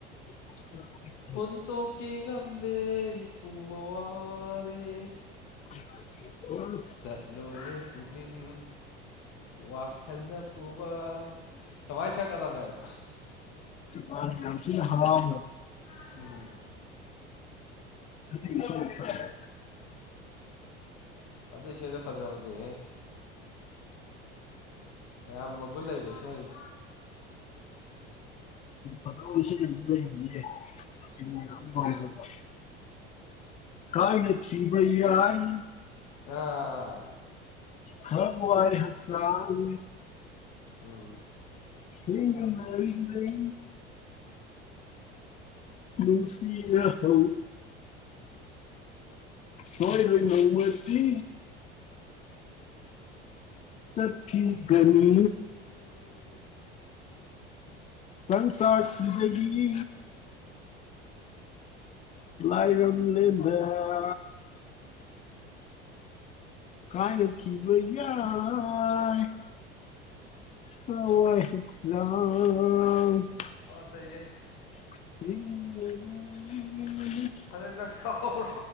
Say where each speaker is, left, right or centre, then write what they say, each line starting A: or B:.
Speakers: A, on the left (about 25°); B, on the left (about 55°).
A: <inaudible>
B: ꯍꯨꯟꯇꯣꯛꯀꯦ ꯉꯝꯗꯦ ꯄꯨꯕ ꯄꯨꯋꯥꯔꯦ
A: <inaudible> <inaudible>
B: ꯆꯠꯂꯣꯅꯦ ꯄꯨꯛꯅꯤꯡ ꯋꯥꯈꯜꯅ ꯄꯨꯕ ꯁꯨꯃꯥꯏ ꯁꯛꯀꯗꯕꯅꯦꯕ
A: ꯃꯥꯅꯦ ꯌꯥꯝ ꯊꯤꯅꯥ ꯍꯔꯥꯎꯅꯥ
B: ꯇꯥ ꯇꯥꯔꯦ ꯎꯝ
A: <inaudible>
B: ꯑꯗꯨ ꯏꯁꯩꯗ ꯐꯖꯕꯅꯦꯍꯦ ꯀꯌꯥꯝ ꯃꯒꯨꯟ ꯂꯩꯕ ꯏꯁꯩꯅꯤ
A: ꯐꯖꯕ ꯏꯁꯩ ꯑꯃꯖꯨ ꯂꯩꯕꯅꯤꯍꯦ ꯑꯩꯅꯥ ꯌꯥꯝ
B: ꯀꯩ
A: ꯄꯥꯝꯖꯕ ꯀꯥꯏꯅꯈꯤꯕ ꯌꯥꯏ
B: ꯑꯥ
A: ꯊꯋꯥꯏ ꯍꯛꯆꯥꯡ
B: ꯎꯝ
A: ꯊꯦꯡꯅ ꯅꯥꯔꯤꯉꯩ ꯅꯨꯡꯁꯤꯔꯍꯧ ꯁꯣꯏꯔꯣꯏ ꯅꯣꯡꯃꯗꯤ ꯆꯠꯈꯤꯒꯅꯤ ꯁꯪꯁꯥꯔꯁꯤꯗꯒꯤ <unintelligible> ꯀꯥꯏꯅꯈꯤꯕꯌꯥꯏ <unintelligible>
B: ꯐꯥꯖꯩꯍꯦ
A: <unintelligible>
B: ꯑꯗꯨꯗꯤ ꯅꯪ ꯁꯛꯍꯧꯔꯣ